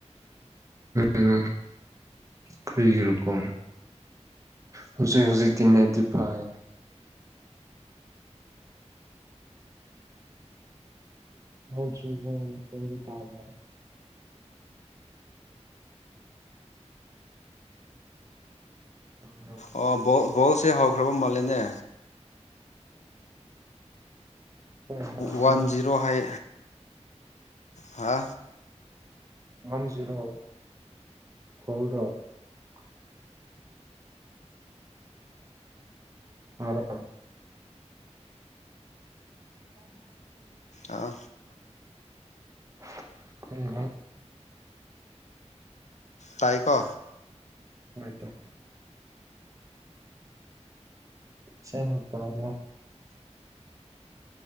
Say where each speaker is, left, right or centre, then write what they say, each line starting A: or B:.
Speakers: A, on the right; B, on the left.
A: ꯎꯝ ꯀ꯭ꯔꯤꯒꯤꯔꯀꯣ ꯍꯨꯖꯤꯛ ꯍꯨꯖꯤꯛꯇꯤ ꯅꯦꯠꯇꯤꯐꯥꯏ <unintelligible> ꯇꯥꯕꯔꯣ
B: ꯑꯣ ꯕꯣꯜ ꯕꯣꯜꯁꯦ ꯍꯧꯈ꯭ꯔꯕ ꯃꯥꯜꯂꯦꯅꯦ
A: ꯍꯣꯏ ꯍꯣꯏ
B: ꯋꯥꯟ
A: ꯀꯩꯅꯣ
B: ꯖꯤꯔꯣ ꯍꯥꯏ ꯍꯥ
A: ꯋꯥꯟ ꯖꯤꯔꯣ <unintelligible> ꯇꯥꯕ꯭ꯔꯥ <inaudible>
B: ꯑꯥ
A: <unintelligible>
B: ꯇꯥꯏꯀꯣ
A: ꯍꯣꯏ ꯏꯇꯥꯎ ꯁꯦꯡꯅ ꯇꯥꯕ꯭ꯔꯥ